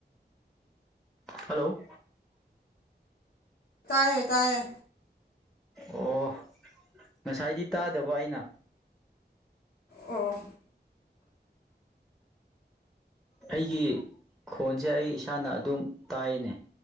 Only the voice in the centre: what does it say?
ꯍꯜꯂꯣ
ꯑꯣ ꯉꯁꯥꯏꯗꯤ ꯇꯥꯗꯕ ꯑꯩꯅ
ꯑꯩꯒꯤ ꯈꯣꯟꯁꯦ ꯑꯩ ꯏꯁꯥꯅ ꯑꯗꯨꯝ ꯇꯥꯏꯅꯦ